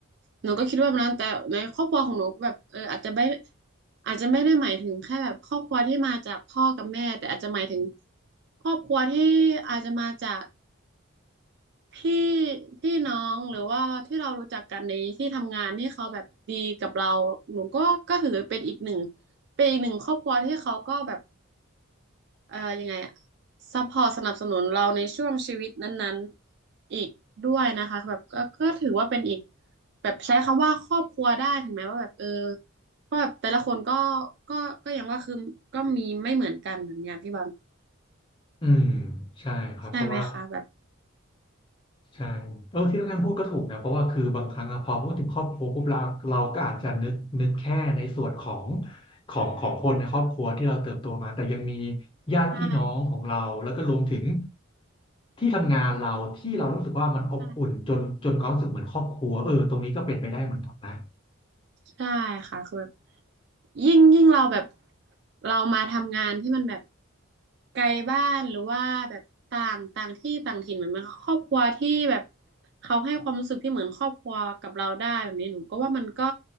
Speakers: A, on the right; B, on the left.
A: หนูก็คิดว่าแบบนั้นแต่ในครอบครัวของหนูก็แบบเอออาจจะไม่อาจจะไม่ได้หมายถึงแค่แบบครอบครัวที่มาจากพ่อกับแม่แต่อาจจะหมายถึงครอบครัวที่อาจจะมาจากพี่พี่น้องหรือว่าที่เรารู้จักกันในที่ทำงานที่เขาแบบดีกับเราหนูก็ก็ถือเป็นอีกหนึ่งเป็นอีกหนึ่งครอบครัวที่เขาก็แบบ เอ่อยังไงอะซัพพอร์ตสนับสนุนเราในช่วงชีวิตนั้นๆอีกด้วยนะคะแบบก็ก็ถือว่าเป็นอีกแบบใช้คำว่าครอบครัวได้ถึงแม้ว่าแบบเออก็แบบแต่ละคนก็ก็ก็อย่างว่าคือก็มีไม่เหมือนกันเหมือนอย่างที่บอล
B: ๆอืมใช่ครับเพราะว่า
A: ใช่ไหมคะแบบ
B: ใช่เออที่นุกง่านพูดก็ถูกนะเพราะว่าคือบางครั้งอะพอพูดถึงครอบครัวปุ๊บเราเราก็อาจจะนึกนึกแค่ในส่วนของของของคนในครอบครัวที่เราเติบโตมาแต่ยังมีญาติพี่น้องของเราแล้วก็รวมถึง
A: ใช่
B: ที่ทำงานเราที่เรารู้สึกว่ามันอบอุ่นจนจนความรู้สึกเหมือนครอบครัวเออตรงนี้ก็เป็นไปได้เหมือนกันนะ
A: ใช่ใช่ค่ะคือแบบ ยิ่งยิ่งเราแบบเรามาทำงานที่มันแบบไกลบ้านหรือว่าแบบต่างต่างที่ต่างถิ่นเหมือนมันครอบครัวที่แบบเขาให้ความรู้สึกที่เหมือนครอบครัวกับเราได้แบบนี้หนูก็ว่ามันก็